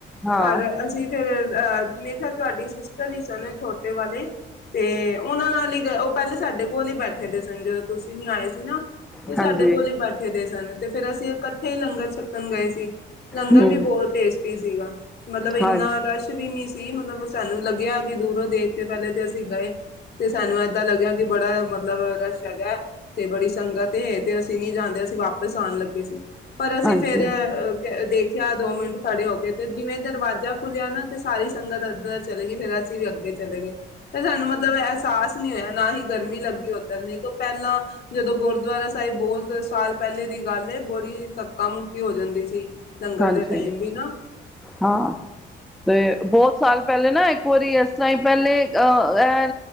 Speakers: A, in the centre; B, on the left.
A: ਹਾਂ
B: ਪਰ ਅ ਤੇ ਫਿਰ ਅਹ ਮੇ ਤਾਂ ਤੁਹਾਡੀ ਸਿਸਟਰ ਹੀ ਸਨ, ਛੋਟੇ ਵਾਲੇ ਤੇ ਉਹਨਾਂ ਨਾਲ ਹੀ, ਉਹ ਪਹਿਲੇ ਸਾਡੇ ਕੋਲ ਹੀ ਬੈਠੇ ਦੇ ਸਨ। ਜਦੋਂ ਤੁਸੀਂ ਨੀ ਆਏ ਸੀ ਨਾ ਤੇ
A: ਹਾਂਜੀ
B: ਸਾਡੇ ਕੋਲ ਹੀ ਬੈਠੇ ਦੇ ਸਨ। ਤੇ ਫਿਰ ਅਸੀਂ ਇਕੱਠੇ ਹੀ ਲੰਗਰ ਛੱਕਣ ਗਏ ਸੀ। ਲੰਗਰ
A: ਹੂੰ
B: ਵੀ ਬਹੁਤ ਟੇਸਟੀ ਸੀਗਾ, ਮਤਲਬ ਇੰਨਾ
A: ਹਾਂ
B: ਰਸ਼ ਕੁਸ਼ ਵੀ ਨਹੀਂ ਸੀ, ਮਤਲਬ ਸਾਨੂੰ ਲੱਗਿਆ ਕਿ ਦੂਰੋਂ ਦੇਖ ਕੇ ਪਹਿਲੇ ਤੇ ਅਸੀਂ ਗਏ। ਤੇ ਸਾਨੂੰ ਏਦਾਂ ਲੱਗਿਆ, ਕਿ ਬੜਾ ਮਤਲਬ ਰਸ਼ ਹੈਗਾ, ਤੇ ਬੜੀ ਸੰਗਤ ਤੇ ਅਸੀਂ ਨੀ ਜਾਂਦੇ, ਅਸੀਂ ਵਾਪਿਸ ਆਉਣ ਲੱਗੇ ਸੀ। ਪਰ ਅਸੀਂ
A: ਹਾਂਜੀ
B: ਫੇਰ, ਅ ਦੇਖ ਇਆ ਦੋ ਮਿੰਟ ਖੜੇ ਹੋ ਕੇਏ ਆ ਤੇ, ਜਿਵੇਂ ਦਰਵਾਜ਼ਾ ਖੁੱਲਿਆ ਨਾ, ਤੇ ਸਾਰੀ ਸੰਗਤ ਇੱਧਰ ਚਲੇ ਗਈ, ਫੇਰ ਅਸੀਂ ਵੀ ਅੱਗੇ ਚਲੇ ਗਏ। ਤੇ ਸਾਨੂੰ ਮਤਲਬ ਅਹਿਸਾਸ ਨਹੀਂ ਹੋਇਆ, ਨਾ ਹੀ ਗਰਮੀ ਲੱਗੀ ਉੱਧਰ ਨਹੀਂ ਤੋਂ ਪਹਿਲਾਂ ਜਦੋਂ ਗੁਰਦੁਆਰਾ ਸਾਹਿਬ ਬਹੁਤ ਸਾਲ ਪਹਿਲੇ ਦੀ ਗੱਲ ਐ, ਬੜੀ ਧੱਕਾ ਮੁੱਕੀ ਹੋ ਜਾਂਦੀ ਸੀ। ਲੰਗਰ
A: ਹਾਂਜੀ,
B: ਦੇ ਟਾਈਮ ਵੀ ਨਾ
A: ਹਾਂ। ਤੇ ਬਹੁਤ ਸਾਲ ਪਹਿਲੇ ਨਾ ਇੱਕ ਵਾਰੀ ਇਸ ਤਰਾਂ ਪਹਿਲੇ ਅਹ ਇਹ